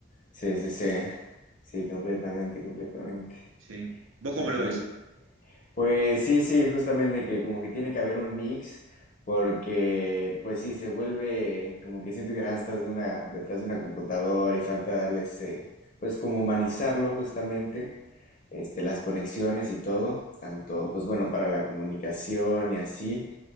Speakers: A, on the left; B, on the right.
A: Sí, sí, sí, sí, completamente, completamente.
B: Sí. ¿Vos cómo
A: Ajá.
B: lo ves?
A: ¿Y Pues sí, sí, justamente que como que tiene que haber un mix, porque pues sí, se vuelve como que siento que nada más estás de una, detrás de una computadora y falta darle ese, pues como humanizarlo justamente, este, las conexiones y todo, tanto pues bueno, para la comunicación y así,